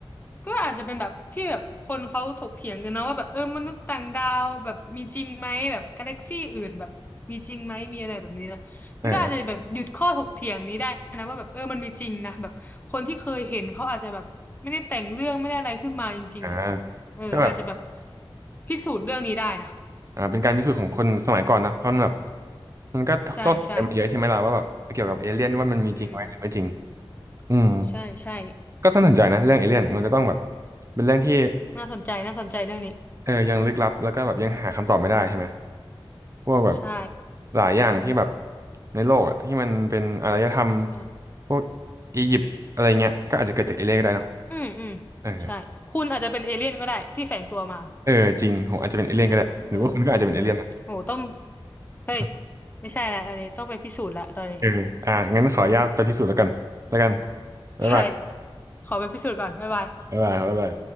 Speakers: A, on the left (about 20°); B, on the right (about 35°).
A: ก็อาจจะเป็นแบบที่แบบคนเขาถกเถียงกันนะว่าแบบเออมนุษย์ต่างดาวแบบมีจริงไหมแบบกาแล็กซี่อื่นแบบมีจริงไหมมีอะไรแบบนี้นะมันก็อาจจะแบบหยุดข้อถกเถียงนี้ได้นะว่าแบบเออมันมีจริงนะแบบคนที่เคยเห็นเขาอาจจะแบบไม่ได้แต่งเรื่องไม่ได้อะไรขึ้นมาจริงๆอ่ะ
B: เออเอออ่า
A: เอออาจจะแบบ
B: ก็แบบ
A: พิสูจน์เรื่องนี้ได้นะ
B: อ่าเป็นการพิสูจน์ของคนสมัยก่อนนะเพราะมันแบบมันก็ต้องกันมาเยอะใช่ไหมล่ะว่าแบบเกี่ยวกับเอเลี่ยนว่ามันมีจริงไหมหรือไม่จริง
A: ใช่ใช่อืม
B: อืม
A: ใช่ใช่
B: ก็สนใจนะเรื่องเอเลี่ยนมันก็ต้องแบบเป็นเรื่องที่
A: น่าสนใจน่าสนใจเรื่องนี้
B: เออยังลึกลับแล้วก็แบบยังหาคำตอบไม่ได้ใช่ไหม พวกแบบ
A: ใช่
B: หลายอย่างที่แบบในโลกอะที่มันเป็นอารยธรรม
A: ใช่
B: พวกอียิปต์อะไรเงี้ยก็อาจจะเกิดจากเอเลี่ยนก็ได้เนาะ
A: อืมอืม
B: เออ
A: ใช่คุณอาจจะเป็นเอเลี่ยนก็ได้ที่แฝงตัวมา
B: เออจริงผมอาจจะเป็นเอเลี่ยนก็ได้หรือว่าคุณก็อาจจะเป็นเอเลี่ยนนะ
A: เนี่ยเออเออโหต้อง
B: <laughs>
A: เฮ้ยไม่ใช่ละอันนี้ต้องไปพิสูจน์ละตอนนี้
B: เอออ่ะงั้นขออนุญาตไปพิสูจน์แล้วกันแล้วกันบ๊ายบาย
A: <laughs> ใช่ขอไปพิสูจน์ก่อนบ๊ายบาย
B: บ๊ายบายครับบ๊ายบาย